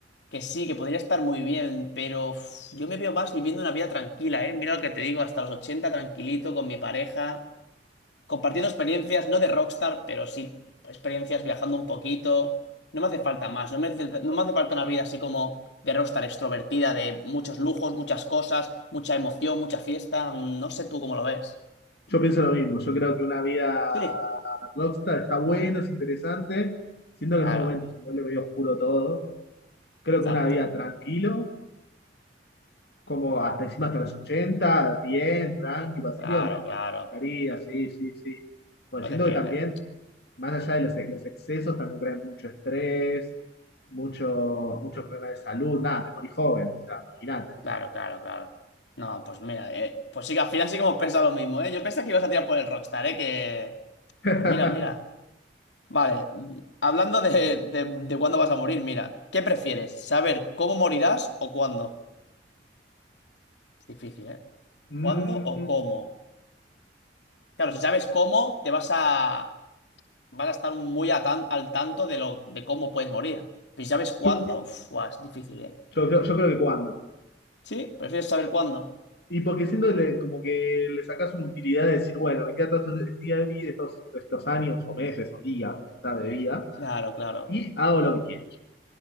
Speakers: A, on the left (about 80°); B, on the left (about 65°).
A: Que sí, que podría estar muy bien, pero uf, yo me veo más viviendo una vida tranquila, ¿eh? Mira lo que te digo, hasta los 80 tranquilito con mi pareja, compartiendo experiencias, no de rockstar, pero sí experiencias viajando un poquito. No me hace falta más, no me hace, no me hace falta una vida así como de rockstar extrovertida, de muchos lujos, muchas cosas, mucha emoción, mucha fiesta. Mm, No sé tú cómo lo ves.
B: yo pienso lo mismo, yo creo que una vida
A: Sí,
B: rockstar está bueno, es interesante. Siento que
A: claro,
B: en un momento se vuelve medio oscuro todo. Creo
A: exacto,
B: que una vida tranquilo como hasta encima hasta los 80, bien, tranqui, vacío,
A: claro,
B: me
A: claro.
B: estaría, sí, sí, sí. Pues
A: No
B: siento
A: te pierdes.
B: que también, más allá de los, ex- los excesos, también traen mucho estrés, mucho, mucho problema de salud, nada, te morí joven, o sea, imagínate.
A: Claro, claro, claro. No, pues mira, eh, pues sí que al final sí que hemos pensado lo mismo, ¿eh? Yo pensaba que ibas a tirar por el Rockstar, ¿eh? Que...
B: <laughs>
A: Pues mira, mira. Vale, mm, hablando de, de, de cuándo vas a morir, mira, ¿qué prefieres? ¿Saber cómo morirás o cuándo? Es difícil, ¿eh?
B: Mm,
A: ¿Cuándo o cómo? Claro, si sabes cómo, te vas a, vas a estar muy a tan- al tanto de, lo, de cómo puedes morir. Pero si sabes cuándo,
B: yo,
A: uf, buah, es difícil, ¿eh?
B: yo creo yo creo que cuando.
A: ¿Sí? ¿Prefieres saber cuándo?
B: Y porque siento que le- como que le sacas una utilidad de decir, bueno, me queda todo este día de vida, estos, estos años o meses o días, o sea, de vida,
A: Claro, claro.
B: y hago lo que quiero.